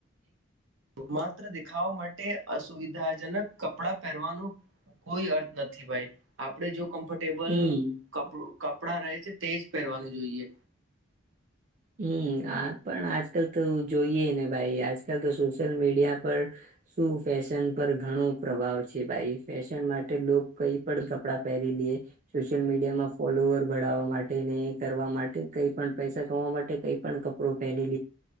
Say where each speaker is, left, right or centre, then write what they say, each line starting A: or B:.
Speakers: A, on the right (about 70°); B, on the right (about 40°).
A: માત્ર દેખાવવા માટે અસુવિધાજનક કપડાં પહેરવાનો કોઈ અર્થ નથી ભ આપે જો કમફટેબલડ
B: હમ
A: કપડા રહે છે તેજ પહેરવાનું જોઈએ
B: હમ પણ આજકાલ તો જોઈએ ને ભાઈ આજકાલ તો સોશિયલ મીડિયા પર શું ફેશન પર ઘણો પ્રભાવ છે ભાઈ ફેશન માટે લોકો કઈ પણ કપડાં પહેરી સોયલ મીડિયામાં ફોલોવર ભવા માટે કરવા માટે કઈ પણ પૈસા કવા માટે કઈ પણ કપડો પહેરી